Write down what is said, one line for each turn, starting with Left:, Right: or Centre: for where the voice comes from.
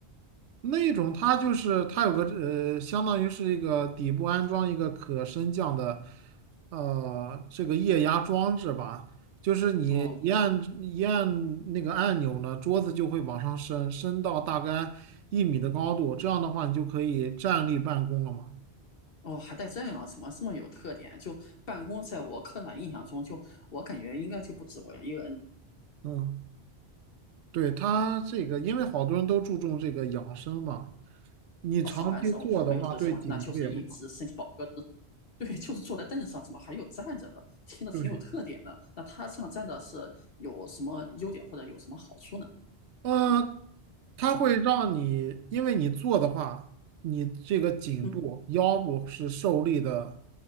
Right: 那种它就是它有个呃，相当于是一个底部安装一个可升降的呃这个液压装置吧，就是你一按一按那个按钮呢，
Left: 哦
Right: 桌子就会往上升，升到大概一米的高度，这样的话你就可以站立办公了嘛。
Left: 哦，还带这样啊，怎么这么有特点啊？就办公，在我刻板印象中，就我感觉应该就不止我一个人
Right: 嗯，对，它这个因为好多人都注重这个养生嘛，你长期坐的话对颈椎也不好。
Left: 上班时候没有特殊情况，那就是一直身体保个子 <laughs> 对，就是坐在凳子上，怎么还有站着的？听着挺有特点的。
Right: 对。
Left: 那他这样站着是有什么优点或者有什么好处呢？
Right: 呃，它会让你，因为你坐的话，你这个颈部、
Left: 嗯，
Right: 腰部是受力的，